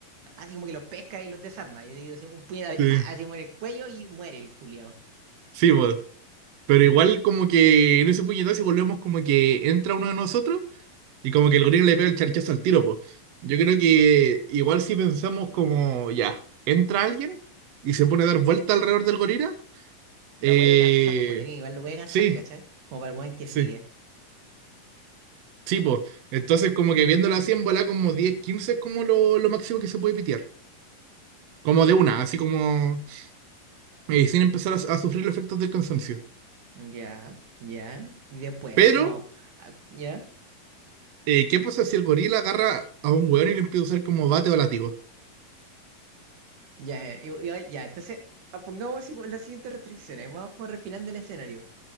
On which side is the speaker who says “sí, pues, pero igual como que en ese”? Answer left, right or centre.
Right